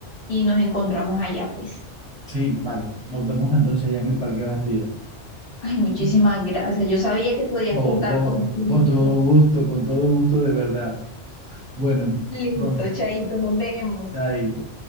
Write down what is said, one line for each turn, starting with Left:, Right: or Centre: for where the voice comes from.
Left: y nos encontramos allá, pues.
Right: Sí, vale. Nos vemos entonces allá en el Parque de Bastida.
Left: Ay, muchísimas
Right: Oh,
Left: gracias. Yo sabía que podía
Right: oh,
Left: contar contigo.
Right: con todo gusto, con todo gusto de verdad. Bueno,
Left: Listo,
Right: no,
Left: Chaito, nos vemos.
Right: chaito.